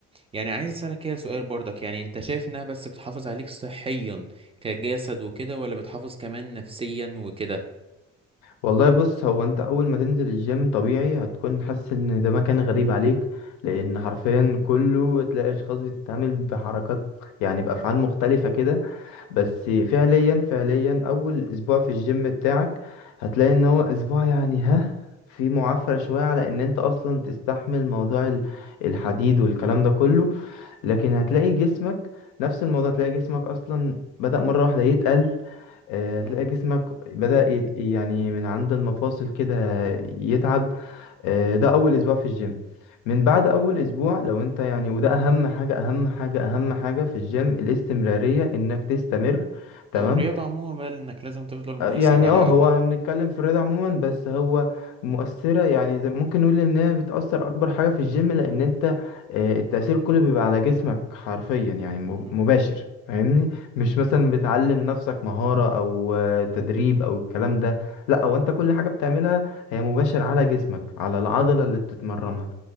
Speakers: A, on the right (about 20°); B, on the left (about 85°).
A: يعني عايز اسألك كده سؤال برضك يعني انت شايف انها بس بتحافظ عليك صحيا كجسد وكده ولا بتحافظ كمان نفسيا وكده
B: والله بص هو انت اول ما تنزل الجيم طبيعي هتكون حاسس ان ده مكان غريب عليك لان
A: مم،
B: حرفيا كله تلاقي اشخاص بتتعامل بحركات يعني بافعال مختلفة كده بس فعليا فعليا اول اسبوع في الجيم بتاعك هتلاقي
A: مم،
B: ان هو اسبوع يعني ها في معافرة شوية على ان انت اصلا تستحمل موضوع ال- الحديد والكلام ده كله لكن
A: مم،
B: هتلاقي جسمك نفس الموضوع هتلاقي جسمك اصلا بدأ مرة واحدة يتقل آه،
A: مم.
B: هتلاقي جسمك بدأ ي- يعني من عند المفاصل كده يتعب آه، ده أول أسبوع في الجيم من بعد أول أسبوع لو أنت يعني وده أهم حاجة أهم حاجة أهم حاجة في الجيم الاستمرارية إنك تستمر تمام
A: او الرياضة عموما بقى انك لازم تفضل مواظب
B: يعني
A: عليها
B: اه هو
A: اكتر
B: بنتكلم في الرياضة عموما بس هو مؤثرة يعني زي ممكن نقول ان هي بتأثر اكبر حاجة في الجيم لان انت آه، التأثير كله بيبقى على جسمك حرفيا يعني مب-
A: مم،
B: مباشر فاهمني مش مثلا بتعلم نفسك مهارة او آه، تدريب او الكلام ده لا هو انت كل حاجة بتعملها هي مباشر على جسمك على العضلة
A: مم،
B: اللي بتتمرنها